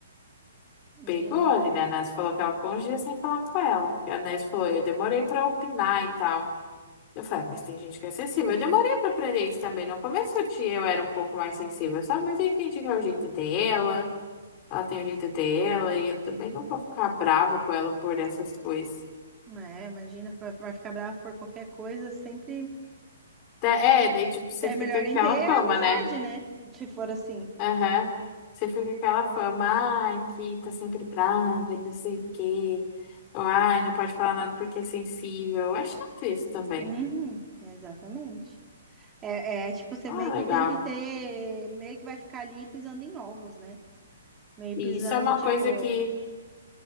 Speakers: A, on the right; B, on the left.
A: Me,
B: pegou ali, né? A Nelson falou que ela ficou uns dias sem falar com ela. E a Nelson falou, eu demorei pra opinar e tal. Eu falei, ah, mas tem gente que é sensível. Eu demorei pra aprender isso também. No começo eu, tinha, eu era um pouco mais sensível, sabe? Mas eu entendi que é o jeito dela, ela tem o jeito dela, e eu também não vou ficar bravo com ela por essas coisas.
A: é, imagina, vai vai ficar bravo por qualquer coisa, sempre.
B: Tá, É, daí tipo, você
A: É
B: fica
A: melhor
B: com
A: nem
B: aquela
A: ter
B: fama,
A: amizade,
B: né?
A: né? Se for assim.
B: Aham. Você fica com aquela fama, ai, que tá sempre brava, e não sei o quê. Ou, ai, não pode falar nada porque é sensível. Eu acho chato isso também.
A: Uhum, exatamente. É, é tipo, você
B: Ah,
A: meio
B: legal.
A: que tem que ter. Meio que vai ficar ali pisando em ovos, né? Meio
B: E
A: pisando,
B: isso é uma
A: tipo.
B: coisa que,